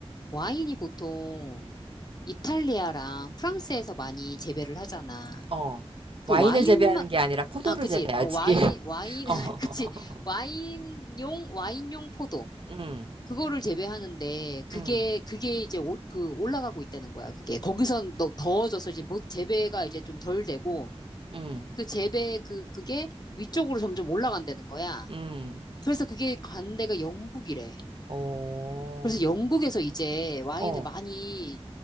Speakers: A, on the left; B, on the right.
A: 와인이 보통 이탈리아랑 프랑스에서 많이 재배를 하잖아.
B: 어.
A: 그
B: 와인을
A: 와인만
B: 재배하는 게 아니라 포도를
A: 아, 그치.
B: 재배하지.
A: 어, 와인, 와인,
B: <laughs>
A: <laughs>
B: 어.
A: 그치. 와인용, 와인용 포도.
B: 음.
A: 그거를 재배하는데, 그게,
B: 음.
A: 그게 이제 올, 그 올라가고 있다는 거야. 그게. 거기선 더, 더워져서 이제 못, 재배가 이제 좀 덜 되고,
B: 음.
A: 그 재배 그 그게 위쪽으로 점점 올라간다는 거야.
B: 음.
A: 그래서 그게 간대가 영국이래.
B: 어.
A: 그래서 영국에서 이제 와인을
B: 어.
A: 많이